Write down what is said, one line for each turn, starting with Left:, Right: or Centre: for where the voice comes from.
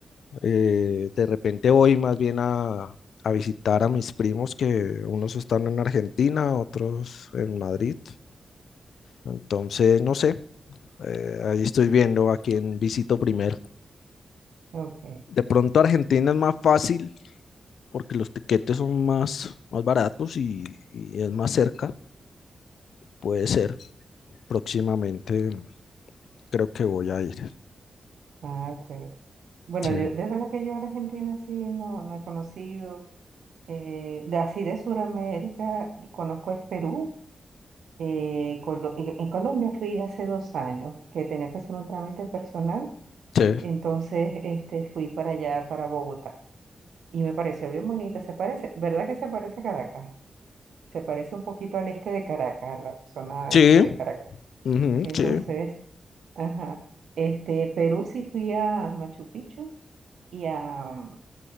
Left: Eh, de repente voy más bien a, a visitar a mis primos que unos están en Argentina, otros en Madrid. Entonces, no sé, eh, ahí estoy viendo a quién visito primero.
Right: Ok.
Left: De pronto Argentina es más fácil porque los tiquetes son más, más baratos y, y es más cerca. Puede ser, próximamente creo que voy a ir.
Right: Ah, chévere. Bueno,
Left: Sí.
Right: yo, de verdad que yo a Argentina sí no, no he conocido. Eh, de, así de Sudamérica, conozco es Perú. Eh, Colo- en en Colombia fui hace dos años que tenía que hacer un trámite personal
Left: Sí.
Right: Entonces, este, fui para allá, para Bogotá, y me pareció bien bonita. Se parece, ¿verdad que se parece a Caracas? Se parece un poquito al este de Caracas, a la zona
Left: Sí,
Right: este de Caracas.
Left: Ujú,
Right: Entonces,
Left: sí,
Right: ajá, este, Perú sí fui a Machu Picchu y a,